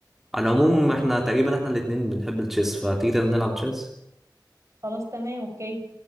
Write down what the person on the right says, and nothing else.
اه
خلاص تمام اوكي